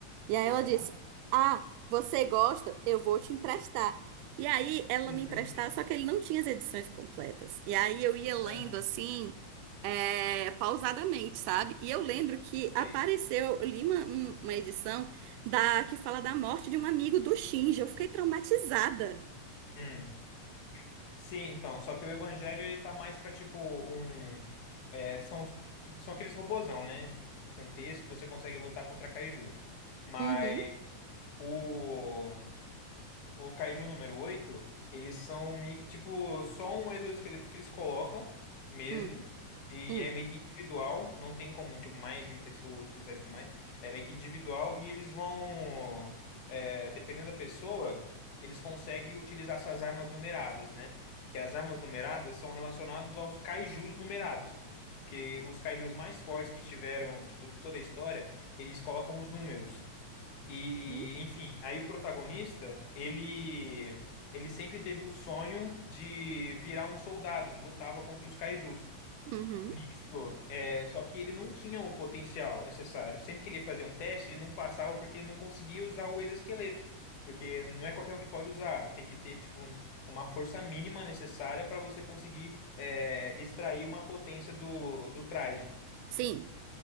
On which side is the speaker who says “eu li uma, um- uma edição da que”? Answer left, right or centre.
Right